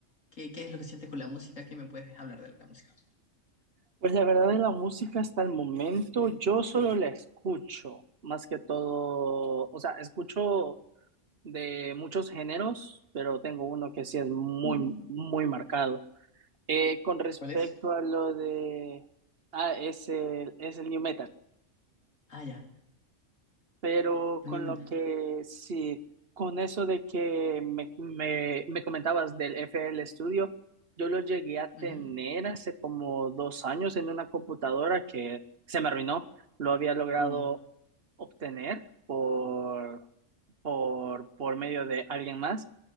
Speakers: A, on the left; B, on the right.
A: ¿Qué, qué es lo que sientes con la música? ¿Qué me puedes hablar de la música?
B: Pues la verdad de la música hasta el momento, yo solo la escucho, más que todo, o sea, escucho de muchos géneros, pero tengo uno que sí es muy,
A: Ujú.
B: muy marcado. Eh, con respecto
A: ¿Cuál es?
B: a lo de, ah, es el, es el new metal.
A: Ah, ya.
B: Pero
A: New
B: con
A: Metal.
B: lo que sí, con eso de que me, me- me comentabas del FL Studio, yo lo llegué a tener
A: Ujú.
B: hace como dos años en una computadora que se me arruinó. Lo había logrado
A: Uh,
B: obtener por, por, por medio de alguien más